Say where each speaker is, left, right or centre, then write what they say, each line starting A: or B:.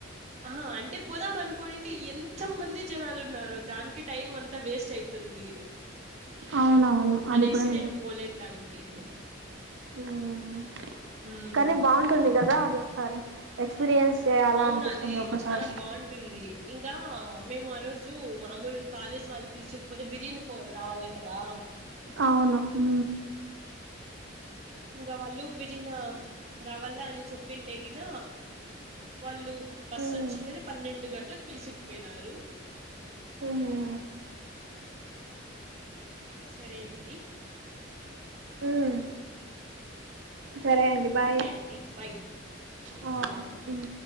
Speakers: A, on the right; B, on the right.
A: అహ ఆ అంటే పోదామనుకు కొన్నింటి ఎంత మంది జనాలు ఉన్నారో దానికి టైం అంతా వేస్ట్ అయితుంది
B: అవునవును అది
A: అనేసి
B: కూడా
A: నేను పోలేదు దానికి
B: ఉమ్మ్
A: మ్మ్
B: కానీ బాగుంటుంది కదా అది ఒకసారి ఎక్స్పీరియన్స్ చేయాలా
A: అవునది
B: అనిపిస్తుంది ఒకసారి
A: చాన బాగుంటుంది ఇంకా మేము ఆ రోజు మామూలు కాలేజీ వాల్ పిల్చకపోతే బిరిన పో రావాల కదా
B: అవును ఉ
A: ఇంగ వాళ్ళు బిరినా రావల్ల అని చెప్పింటేగిన వాళ్ళు బస్సు
B: ఉమ్
A: వచ్చిండది పన్నెండు గంటలకు పిలిచకుపోయినారు.
B: ఉమ్
A: సరే మరి
B: ఉమ్ సరే అండి బాయ్
A: ఓకే అండి బాయ్
B: వ
A: ఆ
B: తిన్